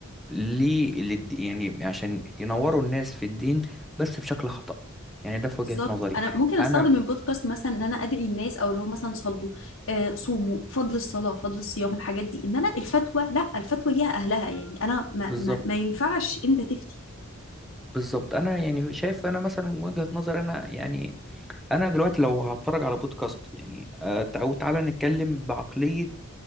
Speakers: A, in the centre; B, on the left (about 70°).
A: ليه للد- يعني عشان ينوروا الناس في الدين بس بشكل خطأ يعني ده في
B: بالظبط
A: وجهه نظري
B: انا ممكن استخدم
A: انا
B: البودكاست مثلا ان انا ادعي الناس او لو مثلا صلوا آه، صوموا فضل الصلاه فضل الصيام الحاجات دي انما الفتوى لا الفتوى ليها اهلها يعني انا ما,
A: بالظبط
B: ما, ما ينفعش انت تفتي
A: بالظبط انا يعني شايف انا مثلا من وجهة نظر انا يعني انا دلوقتي لو هتفرج على بودكاست يعني آه، او تعالى نتكلم بعقلية